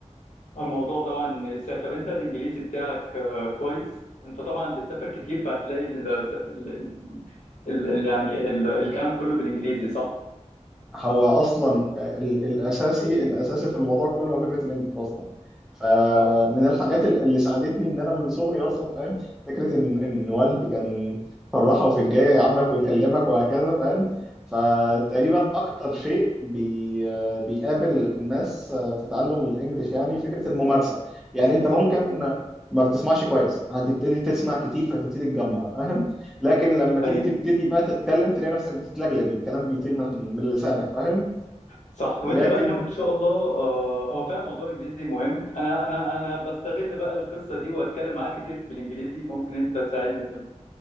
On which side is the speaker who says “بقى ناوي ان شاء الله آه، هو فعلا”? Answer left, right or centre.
Left